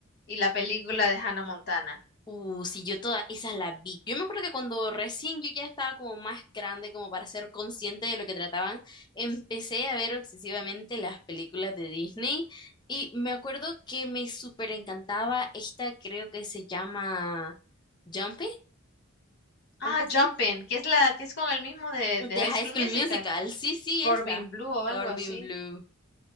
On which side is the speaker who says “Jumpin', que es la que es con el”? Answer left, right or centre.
Left